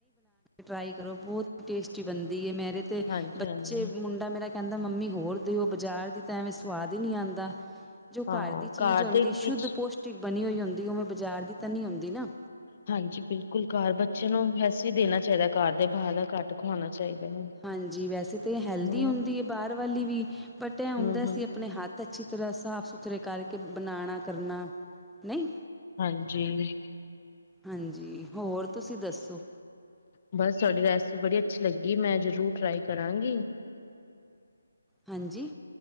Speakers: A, in the centre; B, on the left (about 35°).
A: ਟ੍ਰਈ ਕਰੋ ਬਹੁਤ ਹੀ ਟੇਸਟੀ ਬਣਦੀ ਹੈ ਮੇਰੇ ਤੇ
B: ਹਾਂਜੀ
A: ਬੱਚੇ
B: ਹਾਂਜੀ
A: ਮੁੰਡਾ ਮੇਰਾ ਕਹਿੰਦਾ ਮੰਮੀ ਹੋਰ ਦਿਓ ਬਜ਼ਾਰ ਦੀ ਤਾਂ ਐਵੇਂ ਸਵਾਦ ਹੀ ਨਹੀਂ ਆਉਂਦਾ ਜੋ
B: ਹਾਂ
A: ਘਰ ਦੀ ਚੀਜ਼ ਆਉਂਦੀ
B: ਦੇ ਚੀਜ਼
A: ਸ਼ੁੱਧ ਪੋਸ਼ਟਿਕ ਬਣੀ ਹੋਈ ਹੁੰਦੀ ਉਵੇਂ ਬਾਜ਼ਾਰ ਦੀ ਤਾਂ ਨਹੀਂ ਆਉਂਦੀ ਨਾ
B: ਹਾਂਜੀ ਬਿਲਕੁਲ ਕਾਰ ਬੱਚੇ ਨੂੰ ਵੈਸੇ ਹੀ ਦੇਣਾ ਚਾਹੀਦਾ ਕਾਰ ਦੇ ਬਾਹਰ ਦਾ ਘੱਟ ਖਵਾਉਣਾ ਚਾਹੀਦਾ ਹੈ
A: ਹਾਂਜੀ ਵੈਸੇ ਤਾਂ ਹੈਲਦੀ
B: ਹਮ
A: ਹੁੰਦੀ ਹੈ ਬਾਹਰ ਵਾਲੀ ਵੀ ਬਟ ਇਹ
B: ਹਮ
A: ਹੁੰਦਾ
B: ਹਮ
A: ਸੀ ਆਪਣੇ ਹੱਥ ਅੱਛੀ ਤਰ੍ਹਾਂ ਸਾਫ ਸੁਥਰੇ ਕਰਕੇ ਬਣਾਉਣਾ ਕਰਨਾ ਨਹੀਂ
B: ਹਾਂਜੀ
A: ਹਾਂਜੀ ਹੋਰ ਤੁਸੀਂ ਦੱਸੋ
B: ਬਸ ਤੂਹਾਡੀ ਰਿਸੀਪ ਬੜੀ ਅੱਛੀ ਲੱਗੀ ਗ ਮੈਂ ਜਰੂਰ ਟਰਾਈ ਕਰਾਂਗੀ
A: ਹਾਂਜੀ